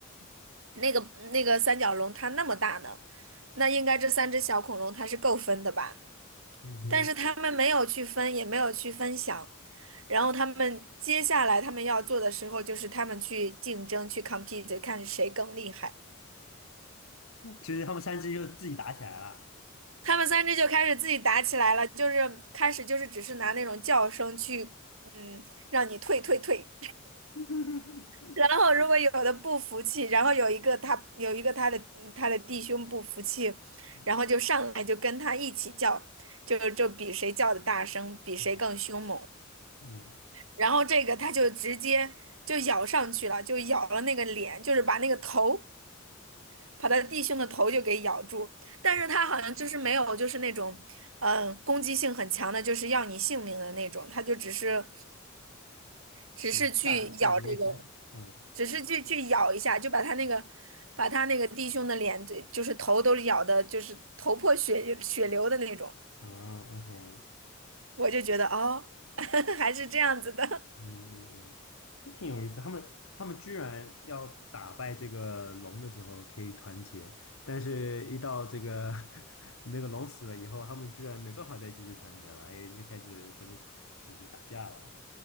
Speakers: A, on the right (about 75°); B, on the left (about 85°).
A: <clears throat> 那个那个三角龙它那么大呢，那应该这三只小恐龙它是够分的吧？
B: 嗯哼，
A: 但是他们没有去分，也没有去分享。然后他们接下来他们要做的时候，就是他们去竞争，去 compete，看谁更厉害。
B: 就是他们三只就自己打起来了。
A: 他们三只就开始自己打起来了，就是开始就是只是拿那种叫声去，嗯，让你退退退。
B: <laughs>
A: 然后如果有的不服气，然后有一个他有一个他的他的弟兄不服气，
B: 嗯
A: 然后就上来就跟他一起叫，就就比谁叫的大声，比谁更凶猛。
B: 嗯嗯，
A: 然后这个他就直接就咬上去了，就咬了那个脸，就是把那个头，把他弟兄的头就给咬住。但是他好像就是没有，
B: 啊，
A: 就是那种，嗯、攻击性很强的，就是要你性命的那种。他就只是，只是去咬这个，
B: 就下个下个威风。嗯。
A: 只是去去咬一下，就把他那个，把他那个弟兄的脸，对，就是头都咬的，就是头破血血流的那种。
B: 啊，OK，
A: 我就觉得哦，<laughs> 还是这样子的。
B: 嗯嗯嗯，这挺有意思的。他们他们居然要打败这个龙的时候可以团结，但是一到这个 <laughs> 那个龙死了以后，他们居然没办法再继续团结了，还就开始分，就是打架了。